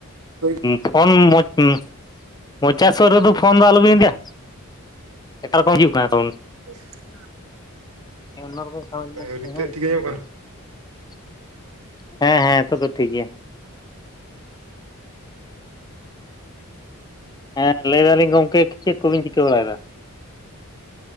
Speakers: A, on the right; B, on the left.
A: ᱦᱳᱭ
B: ᱯᱷᱳᱱ ᱢᱚᱡᱽ ᱦᱩ ᱢᱚᱪᱟ ᱥᱩᱨ ᱨᱮᱫᱚ ᱯᱷᱳᱱ ᱫᱚ ᱟᱞᱚᱵᱤᱱ ᱤᱫᱤᱭᱟ ᱮᱴᱟᱜ ᱨᱚᱠᱚᱢ ᱦᱤᱡᱩᱜ ᱠᱟᱱᱟ ᱥᱟᱹᱣᱩᱱᱰ᱾
A: <inaudible>
B: <unintelligible> ᱨᱚᱠᱚᱢ
A: ᱦᱳᱭ
B: ᱠᱷ
A: ᱱᱤᱛᱚᱜ ᱴᱷᱤᱠ ᱟᱸᱡᱚᱢᱚᱜ
B: ᱦᱮᱸ
A: ᱠᱟᱱᱟ
B: <unintelligible> ᱦᱮᱸ ᱦᱮᱸ ᱱᱮᱛᱚ ᱫᱚ ᱴᱷᱤᱠ ᱜᱮᱭᱟ᱾ ᱦᱮᱸ ᱞᱟᱹᱭ ᱫᱟᱞᱤᱧ ᱜᱚᱢᱠᱮ ᱪᱮᱫ ᱠᱚᱵᱤᱱ ᱪᱤᱠᱟᱹ ᱵᱟᱲᱟᱭ ᱫᱟ?